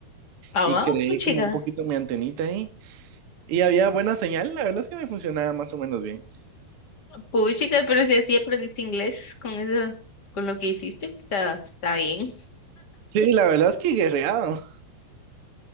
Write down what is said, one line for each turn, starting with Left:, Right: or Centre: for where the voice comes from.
Left: Ah,
Right: y
Left: wow,
Right: creé
Left: puchica.
Right: como un poquito mi antenita ahí. Y había buena señal, la verdad es que me funcionaba más o menos bien.
Left: Puchica, pero si así aprendiste inglés con eso, con lo que hiciste, está, está bien.
Right: Sí, la verdad es que guerreado.